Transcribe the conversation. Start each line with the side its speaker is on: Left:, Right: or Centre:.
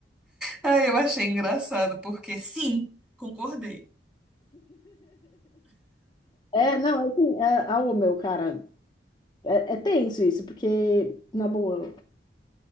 Centre: Ah, eu achei engraçado, porque sim, concordei.
Left: É, não, é assim, é, ah, ô, meu, cara, é, é tenso isso, porque, na boa,